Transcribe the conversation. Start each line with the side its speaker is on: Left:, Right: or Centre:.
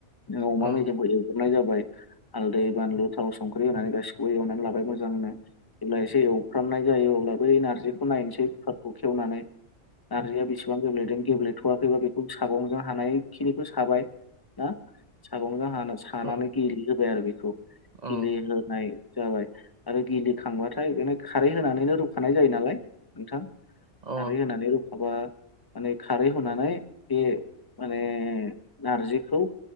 Left: ओ अमा
Right: औ
Left: मेजेमखौ एवग्रोनाय जाबा य हालदै बानलु थाव संख्रि होनानै गासिखौबो एवनानै लाबाय मोजांनो जेब्ला एसे एवफ्रामनाय जायो अब्ला बै ना रजिखौ नायनोसैफोरखौ खेवनानै नार्जिया बेसेबां गेब्लेदों गेब्लेथ'वाखैबा बेखौ सागंजों हानायखिनिखौ साबाय। ना सागनखौ हाना सानानै
Right: औ
Left: गिलिहोबाय आरो बेखौ
Right: औ
Left: गिलिहोनाय जाबाय आरो गिलिखांबाथाय बेनो खारै होनानैनो रुखानाय जायो नालाय नोंथां।
Right: अ
Left: खारै होनानै रु खाबा माने खारै होनानै बे माने नारजिखौ